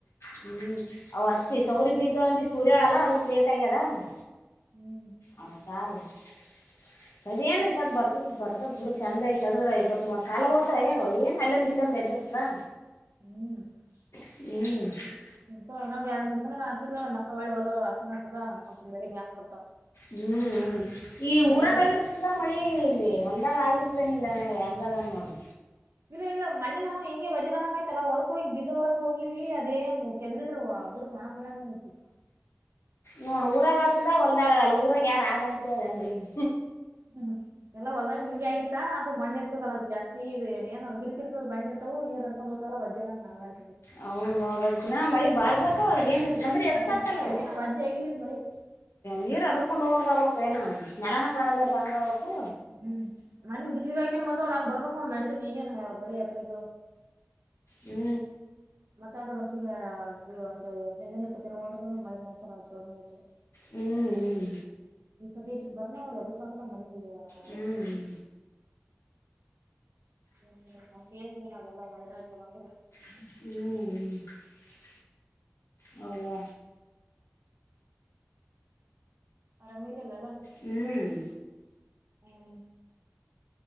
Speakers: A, on the left; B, on the right.
A: ಹ್ಮ್ ಅವ್ ಅತ್ತಿ ತವರಿಬೀಜ, ಒಂದು ಸೂರ್ಯಳಲ್ಲ, ಅದಕ್ಕೆ? <unintelligible> ಕೋಟ್ಯಾಗದ. <unintelligible>
B: ಹ್ಮ್
A: ಅವನು, ತಾಲ್ಲೆ. <unintelligible> ಅದೇಏನ್, ಸತ್ ಬರ್ತದು, ಬರ್ತದೇ, ಬಿಡು ಚಂದೈಐ, ತೆಗೆದರೆ ಆಯ್ತುಏನ್ ಅಲ್ಲೊಂದು, ಇಲ್ಲೊಂದು, ಎ. <unintelligible> ಹಾ
B: <inaudible>
A: ಹ್ಮ
B: ಇಂತ ಇನ್ನೊಂದ್ ಎರಡ್ ಮೂರ್ ದಿನ ಆಸಿದರ್ ಮತ್ತೆ ಒಳ್ಳಿ ಹೊಲ ಹಸನ ಆತದ ಮತ್ತತ್ ಬೆಳಗ್ಕ್ ಬರ್ತಾವ
A: ಹ್ಮ್ ಹ್ಮ ಈ
B: ಅದೇ
A: ಊರಾಗಾಗಿರ್ತದ ಮಳಿ ಇಲ್ಲಿ ಒಂದಾಗ ಆಗಿರ್ತೇನಿಲ್ಲ ಹೆಂಗದನ್ ನೋಡು
B: ಇಲ್ಲ ಇಲ್ಲ ಮನ್ನಿ ನಾವು ಹಿಂಗಗೆಜ್ಜ ಬಂದಂಗ ಆಯ್ತ್ ಎಲ್ಲಾ ಹೊ ಹೋಗಿ ಬಿದ್ದವರಕ್ ಹೋಗಿವಿ ಅದೇ ಕೆದ್ರಿದ್ರು ಒ ಬುಡು ಕಣ ಮಣಾನೇ ಹೋಗತಿ
A: ನೋಡ ಊರಾಗ ಆತದ ಹೊಲ್ದಾಗಲ್ಲ ಊರಾಗ ಯಾರ ಆಗತದ ಅಂಗ್ಳಿಗೆ
B: ಹ್ಮ್ ಎಲ್ಲ ಹೊಲ್ದಾಗ ನಿಮ್ಗೆ ಆಗಿತ ಅದುಣ್ಣ ಇರ್ತದಲ್ಲ ಅದು ಜಾಸ್ತಿ ಇ ಏನ ಬಿರ್ಕಿರ್ತದ ಬಂದಿರ್ತಾವ ನೀರಕ್ಕೋತೆ <unintelligible>
A: ಹೌದ ಹದಕ್ಕೆನ ಮಳಿ ಬಾಳ್ಬೇಕ ಅವ ಏನತ್ತು ಬಂದ್ರೆ ಎದಕ್
B: ಹ್ಮ್
A: ಆತ್ತಲ್ಲವು
B: ಇದೇನೋ ವಜ್ಜಿ ಆಗಿಲ್ಲ ಇದ್ ಮಳಿ
A: ನೀರರುಕೊಂಡ್ ಹ್ಬಬೇಕಕ್ ಏನು ನೆಲನ ಕಾಣ್ಬಾರ್ದ ಹಂಗೊಬೇಕು
B: ಹ್ಮ್ ಮನ್ ಬಿತ್ಗಾಯಕೇನ್ ಬಂದ ಹಂಗ್ ಬರ್ಬೇಕ ಅವ ನಡತದ್ ಈಗೇನ್ ಬಳೆ ಯಾತ್ರೆಗೆ
A: ಹ್ಮ
B: ಮತ್ತೆ ಆ ಕಡೆ ಒ ಒಂದು ಹದನೈದಿನ ಇಪ್ಪತ್ತು ದಿನ ಹೋದ್ರುನು ಮಳೆ ಬಂದ
A: ಹ್ಮ್ ಹ್ಮ್
B: ಇಥ ದೇಶಕ್ಕೆ ಬರ ಅವ್ರ ಅ ಮನೆಗ <unintelligible>
A: ಹ್ಮ್
B: ನನ್ಗ್ ಹೇಗೆ ನಾವೆಲ್ಲ ಮೈರಾಜ ಬಂದ್ರು
A: ಹ್ಮ್ ಹ್ಮ್ ಹೌದ
B: ಆರಾಮ ಇರಲ್ಲ ಅಲ್ಲ
A: ಹ್ಮ್
B: ಹ್ಮ್